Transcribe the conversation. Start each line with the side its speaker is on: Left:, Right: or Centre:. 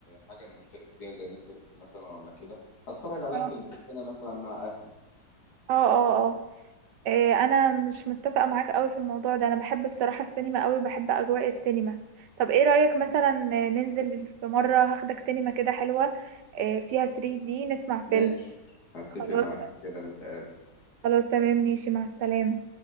Left: حاجة انا مشترك فيها زي نتفليكس مثلا ولا كده هتفرج عليها
Right: اه
Left: في البيت انا مثلا مع اهلي
Right: اه اه اه إيه، انا مش متفقه معاك قوي في الموضوع ده انا بحب بصراحه السينما قوي وبحب اجواء السينما طب ايه رايك مثلا ننزل في مره هاخدك سينما كده حلوه إيه، فيها 3D نسمع
Left: ماشي
Right: فيلم
Left: اتفق
Right: خلاص
Left: معاك في كده نتقابل
Right: خلاص تمام ماشي مع السلامه